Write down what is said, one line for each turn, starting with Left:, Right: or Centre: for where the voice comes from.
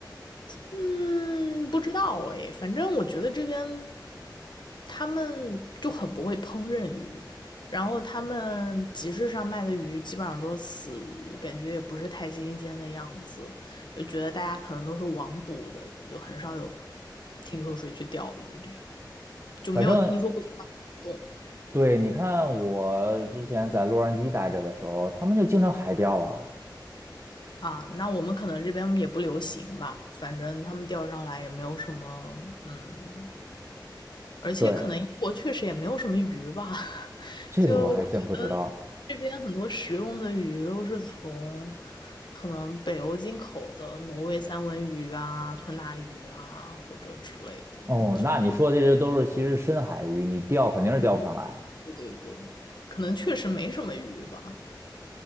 Left: 嗯，不知道哎，反正我觉得这边他们就很不会烹饪鱼，然后他们集市上卖的鱼基本上都是死鱼，感觉也不是太新鲜的样子，就觉得大家可能都是网捕的，就很少有听说谁去钓鱼这样，就没有听说过这项活动
Right: 反正对，你看我之前在洛杉矶待着的时候，他们就经常海钓啊。
Left: 啊。那我们可能这边也不流行吧，反正他们钓上来也没有什么嗯而且可能英国确实也没有什么鱼吧，
Right: 对，
Left: <laughs>
Right: 这个我还真不知道。
Left: 就我觉得这边很多食用的鱼都是从可能北欧进口的挪威三文鱼啊、吞拿鱼啊或者之类的，
Right: 哦，
Left: 就
Right: 那你说这些都是其实深海鱼，你钓肯定是钓不上来，
Left: 对对对，可能确实没什么鱼吧。